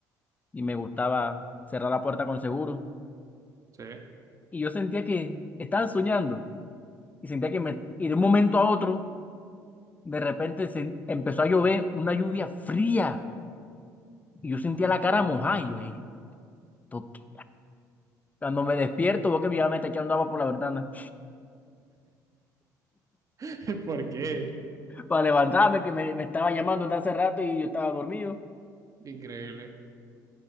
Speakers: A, on the left; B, on the right.
A: y me gustaba cerrar la puerta con seguro,
B: Sí.
A: y yo sentía que estaba soñando, y sentía que me, y de un momento a otro, de repente se empezó a llover una lluvia fría, y yo sentía la cara mojada, y yo, "Ey, esto qué cuando me despierto, veo que mi mamá me está echando agua por la ventana,
B: <laughs> ¿Por qué?
A: <laughs> para levantarme, que me, me estaba llamando desde hace rato y yo estaba dormido.
B: Increíble.